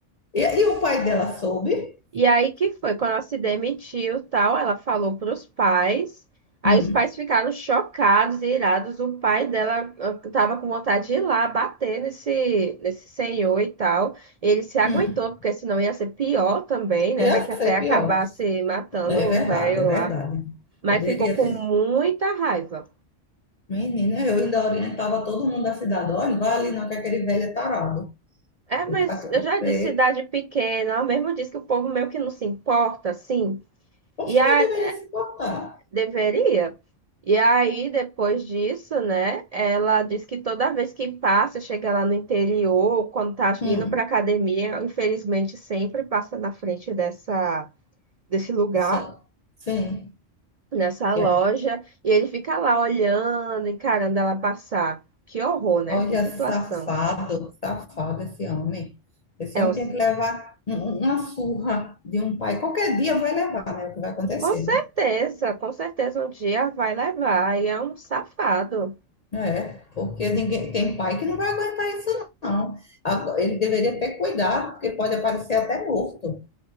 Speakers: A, on the left; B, on the right.
A: E, e o pai dela soube?
B: E aí que foi, quando ela se demitiu, tal, ela falou para os pais. Aí
A: Hum,
B: os pais ficaram chocados e irados. O pai dela estava com vontade de ir lá bater nesse, nesse senhor e tal. Ele se aguentou,
A: hum.
B: porque senão ia ser pior também, né?
A: Ia
B: Vai que até
A: ser
B: acabar
A: pior.
B: se matando
A: É verdade,
B: o velho
A: é verdade.
B: lá. Mas
A: Poderia
B: ficou com
A: ter.
B: muita raiva.
A: Menina, eu ainda orientava todo mundo da cidade. Olha, não vai ali não, que aquele velho é tarado.
B: É, mas
A: Eu tava querendo
B: eu já
A: pra
B: disse
A: ele.
B: cidade pequena, ela mesmo disse que o povo meio que não se importa, assim.
A: Poxa,
B: E a,
A: mas deveria se botar.
B: Deveria. E aí, depois disso, né? Ela diz que toda vez que passa, chega lá no interior, quando tá
A: Hum,
B: indo pra academia, infelizmente sempre passa na frente dessa, desse lugar,
A: sa- sim.
B: nessa
A: Que
B: loja,
A: é-
B: e ele fica lá olhando, encarando ela passar. Que horror, né?
A: Olha,
B: Que situação.
A: safado, safado esse homem. Esse
B: É
A: homem
B: um, sa-
A: tem que levar um- um- uma surra de um pai. Qualquer dia vai levar, né? É O que vai acontecer,
B: com certeza,
A: né?
B: com certeza um dia vai levar, e é um safado.
A: É, porque ninguém, tem pai que não vai aguentar isso, não. Agora, Ele deveria ter cuidado, porque pode aparecer até morto.